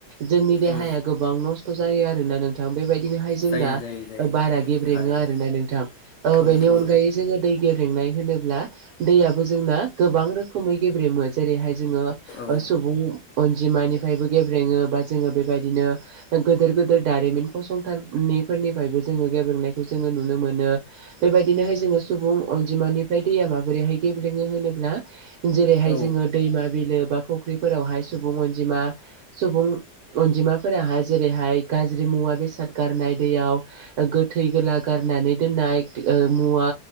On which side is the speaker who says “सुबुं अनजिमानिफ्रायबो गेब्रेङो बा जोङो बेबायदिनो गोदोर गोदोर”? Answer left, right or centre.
Right